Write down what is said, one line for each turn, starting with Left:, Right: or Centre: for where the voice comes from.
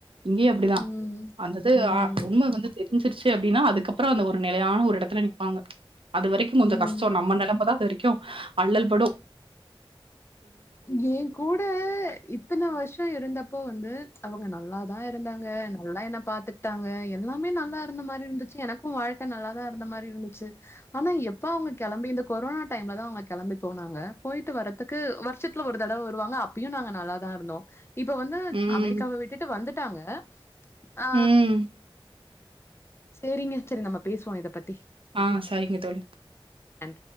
Right: இங்கேயு அப்டிதா
Left: ம்
Right: வந்துட்டு
Left: ம்
Right: ஆ உண்ம வந்து தெரி ஞ்சிருச்சு அப்டின்னா அதுக்கப்பறோ அந்த ஒரு நிலையான ஒரு இடத்துல நிப்பாங்க அது வரைக்கியு கொஞ்சோ
Left: ம்
Right: கஷ்டோ நம்ம நிலமதா அது வரைக்கியு அள்ளல்படு
Left: ஏ கூட இத்தன வருஷோ இருந்தப்போ வந்து அவங்க நல்லா தா இருந்தாங்க நல்லா என்ன பாத்துட்டாங்க எல்லாமே நல்லா இருந்த மாரி இருந்துச்சு எனக்கு ம் வாழ்க்க நல்லாதா இருந்த மாரி இருந்துச்சு ஆனா எப்ப அவங்க கெளம்பி இந்த கொரோனா டைம்ல தா அவங்க கெளம்பி போனாங் னாங்க போயிட்டு வர்றதுக்கு வரு ஷத்துல ஒரு தடவ வருவாங்க அப்பயு நாங்க நல்லா தா இருந்தோ இப்ப வந்து
Right: ம்,
Left: அமெரிக்காவ விட்டுட்டு வந்துட் டாங்க ஆ
Right: ம்.
Left: சேரிங்க செரி நம்ம பேசுவோ இதப் பத்
Right: ஆ சரிங்க தோழி
Left: நன்றி.